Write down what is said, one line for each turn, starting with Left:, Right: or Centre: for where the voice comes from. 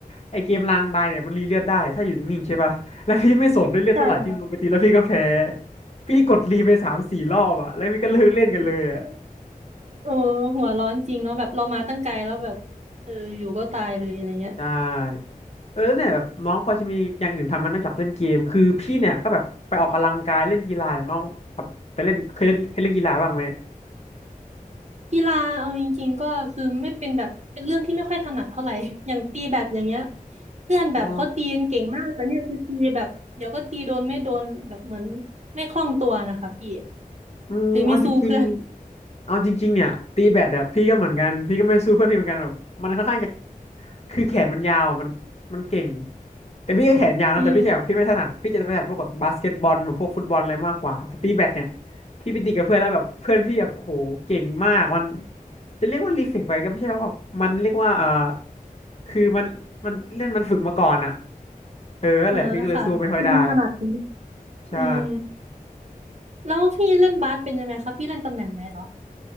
Left: ไอเกมรางบายเนี่ยมันรีเลือดได้ถ้าอยู่นิ่งๆใช่ป่ะ <laughs> แล้วพี่ไม่สนด้วยเลือดเท่าไหร่พี่ลงไปตีแล้วพี่ก็แพ้
Right: ใช่ค่ะ
Left: พี่กดรีไปสามสี่รอบอ่ะแล้วพี่ก็เลิกเล่นกันเลยอ่ะ
Right: <laughs> โอ้หัวร้อนจริงเนาะแบบเรามาตั้งไกลแล้วแบบเอออยู่ก็ตายเลยอะไรเงี้ย
Left: ใช่ เออเนี่ยแบบน้องพอจะมีอย่างอื่นทำไหมันนอกจากเล่นเกมคือพี่เนี่ยก็แบบไปออกกำลังกายเล่นกีฬาเนี่ยน้องแบบไปเล่นเคยเคยเล่นกีฬาบ้างไหม
Right: กีฬาเอาจริงๆก็คือไม่เป็นแบบเป็นเรื่องที่ไม่ค่อยถนัดเท่าไหร่ <laughs> อย่างตีแบดอย่างเงี้ยเพื่อนแบบเขาตีกันเก่งมากแต่เนี่ยคือตีแบบเดี๋ยวก็ตีโดนไม่โดนแบบเหมือน
Left: อ๋อ
Right: ไม่คล่องตัวนะคะพี่
Left: อืมเอาจริงๆเอาจริงๆเนี่ยตีแบดอะพี่ก็เหมือนกันพี่ก็ไม่สู้เพื่อนพี่เหมือนกันแบบมันค่อนข้างจะ
Right: หรือไม่สู้เพื่อน
Left: คือแขนมันยาวอะมันมันเก่งแต่พี่ก็แขนยาวนะแต่พี่แขนพี่ไม่ถนัดพี่จะถนัดพวกแบบบาสเกตบอลหรือพวกฟุตบอลอะไรมากกว่าแต่ตีแบดเนี่ย
Right: <laughs> อืม
Left: พี่ไปตีกับเพื่อนแล้วแบบเพื่อนพี่แบบโอ้โหเก่งมากมันจะเรียกว่ารีเฟกไปก็ไม่ใช่ว่าแบบมันเรียกว่าเออคือมันมันเล่นมันฝึกมาก่อนอะเออนั่นแหละพี่ก็เลยสู้ไม่ค่อยได้
Right: อ่าค่ะคือมันถนัดนี้
Left: ใช่
Right: อืมแล้วพี่เล่นบาสเป็นยังไงคะพี่เล่นตำแหน่งไหนเหรอ